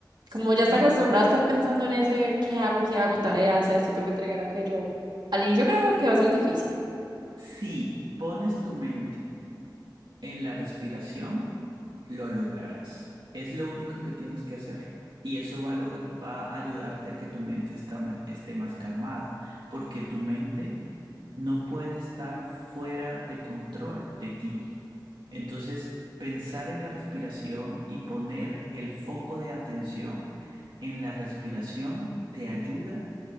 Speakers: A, on the right; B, on the right.
A: como ya está
B: Sí,
A: acostumbrada a estar pensando en ese, ¿qué hago? ¿Qué hago? Tareas, esto, tengo que entregar aquello. Al inicio
B: sí,
A: creo que va a ser difícil.
B: si pones tu mente en la respiración, lo lograrás. Es lo único que tienes que hacer. Y eso va a, log- va a ayudarte a que tu mente está ma- esté más calmada, porque tu mente no puede estar fuera de control de ti. Entonces, pensar en la respiración y poner el foco de atención en la respiración te ayuda